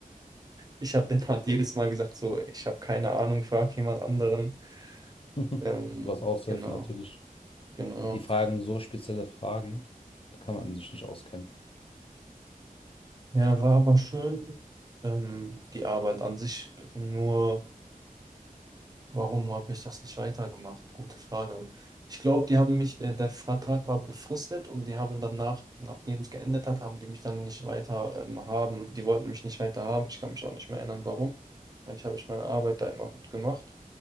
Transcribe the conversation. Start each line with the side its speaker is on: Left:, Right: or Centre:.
Right: Ich habe denen halt <laughs> jedes Mal gesagt, so, ich habe keine Ahnung, frag jemand anderen.
Left: <laughs>
Right: Ähm,
Left: Du hast Aushilfe
Right: genau.
Left: natürlich.
Right: Genau.
Left: Die fragen so spezielle Fragen, da kann man sich nicht auskennen.
Right: Ja, war aber schön. Ähm, die Arbeit an sich, nur warum habe ich das nicht weitergemacht? Gute Frage. Ich glaube, die haben mich, äh, der Vertrag war befristet und die haben danach, nachdem es geendet hat, haben die mich dann nicht weiter, ähm, haben. Die wollten mich nicht weiter haben. Ich kann mich auch nicht mehr erinnern, warum. Eigentlich habe ich meine Arbeit da immer gut gemacht.